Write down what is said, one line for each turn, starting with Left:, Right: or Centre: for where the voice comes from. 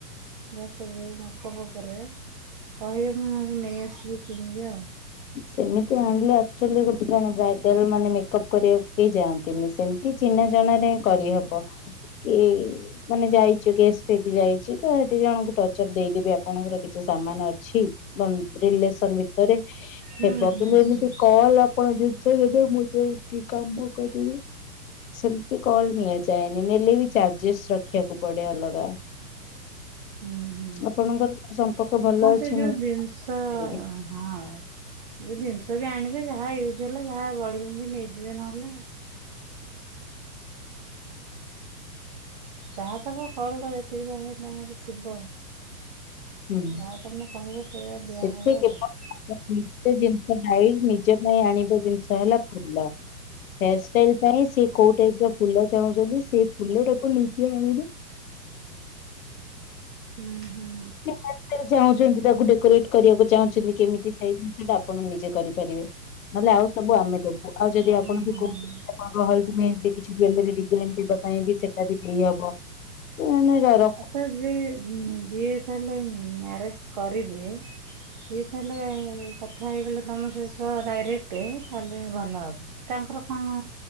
Right: ଯାହା ସବୁ ମେକଅପ୍ ଉପରେ କହିବେ, ମୁଁ ନହେଲେ ନେଇ ଆସିବି, କିଣିକି ଆଉ।
Left: ସେମିତି ଆଣିଲେ ଆକ୍ଚୁଲି, ଗୋଟେ ଜଣେ ବ୍ରାଇଡାଲ ମାନେ ମେକଅପ୍ କରିବାକୁ କେହି ଯାଆନ୍ତିନି ସେମତି। କି ଚିହ୍ନା ଜଣାରେ କରିହେବ କି? ମାନେ ଯାଇଛ ଗେଷ୍ଟ ହେଇକି। ଯାଇଛି ତ ସେଠି ଜଣଙ୍କୁ ଟଚ୍ ଅପ୍ ଦେଇଦେବି। ଆପଣଙ୍କର କିଛି ସାମାନ ଅଛି? ଏବଂ ରିଲେସନ ଭିତରେ
Right: ହୁଁ
Left: ହେବ,
Right: ହୁଁ
Left: କିନ୍ତୁ ଏମିତି
Right: ହୁଁ।
Left: କଲ ଆପଣ ଜିନିଷ ଦେବେ, ମୁଁ ଯାଇକି କାମ କରିବି। ସେମତି କଲ ନିଆଯାଏନି। ନେଲେ ବି ଚାର୍ଜେସ୍ ରଖିବାକୁ ପଡେ ଅଲଗା।
Right: <inaudible> ହୁଁ
Left: ଆପଣଙ୍କର ସମ୍ପର୍କ ଭଲ
Right: ହଁ ସେ
Left: ଅଛି
Right: ଯୋଉ
Left: ମୁଁ -
Right: ଜିନିଷ ହଁ। ଯୋଉ ଜିନିଷ ବି ଆଣିବେ ଯାହା ୟୁଜ ହେଲା ଯାହା ବଳିବ ନେଇଯିବେ ନହେଲେ ଆଉ ଯାହା ସବୁ ହଲ ଯେତିକି ଯାହା ବାହାରିଥିବ
Left: ହୁଁ
Right: ଯାହା ତମେ କହିବ ସେଇଆ ଦିଆହବ
Left: ଏଥିରେ
Right: ଆଉ-
Left: <unintelligible> ନିଜ ଜିନିଷ ଡାଇ ନିଜ ପାଇଁ ଆଣିବା ଜିନିଷ ହେଲା ଫୁଲ ହେୟାରଷ୍ଟାଇଲ ପାଇଁ ସେ କୋଉ ଟାଇପ ର ଫୁଲ ଚାହୁଁଛନ୍ତି ସେଇ ଫୁଲଟାକୁ ନିଜେ ଆଣିବେ-
Right: ହୁଁ ହୁଁ
Left: କେମିତି ଚାହୁଁଛନ୍ତି ତାକୁ ଡେକୋରେଟ୍ କରିବାକୁ ଚାହୁଁଛନ୍ତି କେମିତି ସେଇ ଜିନିଷ ଟା ଆପଣ ନିଜେ କରିପାରିବେ। ନହେଲେ ଆଉ ସବୁ ଆମେ ଦବୁ ଆଉ ଯଦି
Right: ଓହୋ।
Left: ଆପଣ ବି କହୁ ଆପ ହଲଦୀ ମେହେଦୀ କିଛି ଜୁଲାରୀ ଡିଜାଇନ ଦେବା ପାଇଁ ବି ସେଟା ବି ଦେଇହବ। <inaudible>
Right: ଅଥାତ ଯେ ଯିଏ ତାହଲେ ମ୍ୟାରେଜ କରିବେ ସିଏ ତାହଲେ କଥା ହେଇଗଲେ ତମ ସହିତ ଡାଇରେକ୍ଟ ଗଟେ ତାହେଲେ ଭଲ ହବ ତାଙ୍କର କଣ